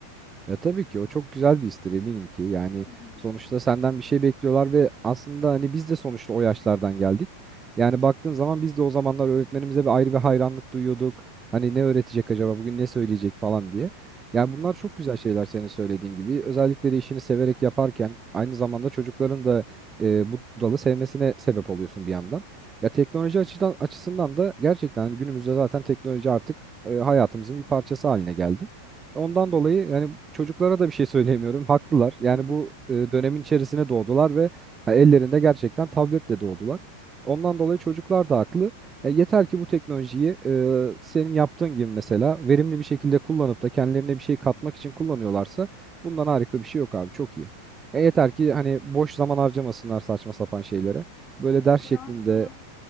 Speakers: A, on the right; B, on the left.
A: Ya tabii ki o çok güzel bir istir eminim ki. Yani
B: Hı hı.
A: sonuçta senden bir şey bekliyorlar ve aslında hani biz de sonuçta o yaşlardan geldik. Yani baktığın
B: Hı
A: zaman biz de o zamanlar öğretmenimize bir ayrı bir hayranlık duyuyorduk. Hani ne öğretecek acaba bugün ne söyleyecek falan diye. Yani
B: hı.
A: bunlar çok güzel şeyler senin söylediğin gibi. Özellikle de işini severek yaparken aynı zamanda çocukların da e, bu dalı sevmesine sebep oluyorsun bir yandan. Ya teknoloji açıdan açısından da gerçekten hani günümüzde zaten teknoloji artık e, hayatımızın bir parçası haline geldi. Ondan
B: Hı hı.
A: dolayı yani çocuklara da bir şey söyleyemiyorum. Haklılar. Yani
B: <laughs>
A: bu e, dönemin içerisine doğdular ve ha, ellerinde gerçekten tabletle doğdular. Ondan dolayı çocuklar da haklı. Ya yeter ki bu teknolojiyi e, senin yaptığın gibi mesela verimli bir şekilde kullanıp da kendilerine bir şey katmak için kullanıyorlarsa bundan harika bir şey yok abi. Çok iyi. Ya yeter ki hani boş zaman harcamasınlar saçma sapan şeylere. Böyle
B: Evet
A: ders şeklinde
B: biraz da